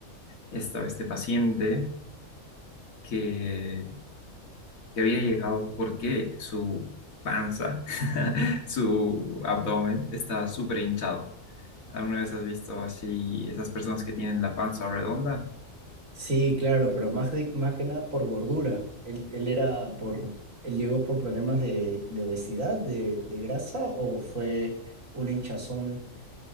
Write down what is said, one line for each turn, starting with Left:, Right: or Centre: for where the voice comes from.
Left: estaba este paciente que, que había llegado porque su panza, <laughs> su abdomen estaba súper hinchado. ¿Alguna vez has visto así esas personas que tienen la panza redonda?
Right: Sí, claro, pero más, de, más que nada por gordura. Él, él era por, él llegó por problemas de, de obesidad, de, de grasa, o fue una hinchazón